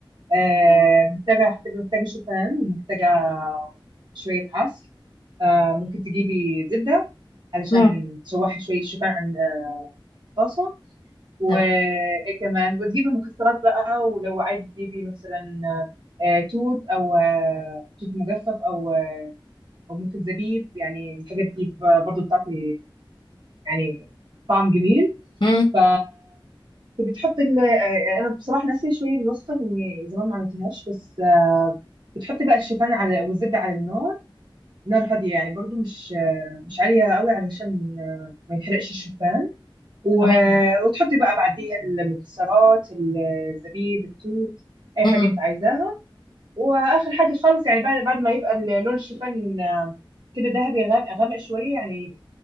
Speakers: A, on the right; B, on the left.
A: آه محتاجه هتبقى محتاجه شوفان ومحتاجه شويه عسل آه ممكن تجيبي زبده علشان
B: تمام
A: تشوحي شويه شوفان عن الطاسه وكمان
B: تمام
A: وتجيبي مكسرات بقى ولو عايز تجيبي مثلا آه توت او آه توت مجفف او آه او ممكن زبيب يعني الحاجات دي برضو بتعطي يعني طعم جميل
B: امم
A: ف انت بتحط ال آه، انا بصراحه ناسيه شويه الوصفه لاني زمان ما عملتهاش بس آه، بتحطي بقى الشوفان على والزبده على النار نار هاديه يعني برضو مش آه، مش عاليه قوي علشان آه، ما يحرقش الشوفان و...
B: تمام
A: وتحطي بقى بعديها المكسرات الزبيب التوت اي
B: امم
A: حاجه انت عايزاها واخر حاجه خالص يعني بعد بعد ما يبقى ال- لون الشوفان آه، كده ذهبي غامق غامق شويه يعني